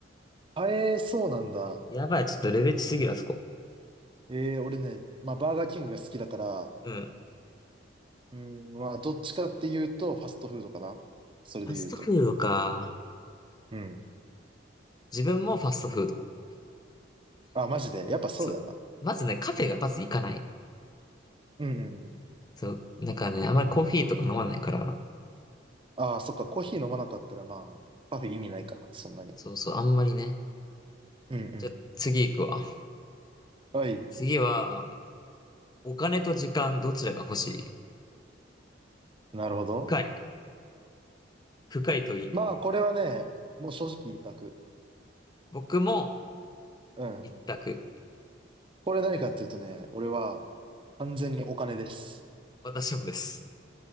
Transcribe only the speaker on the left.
う。やばい、ちょっとレベチすぎる、あそこ。
うん。
ファストフードか。
自分もファストフード。
そう。まずね、カフェがまず行かない。
そう。なんかね、あんまりコーヒーとか飲まないから。
そうそう、あんまりね。
じゃあ、次行くわ。
次は、お金と時間、どちらが欲しい
深い。深い問い。
僕も、
一択。
私もです。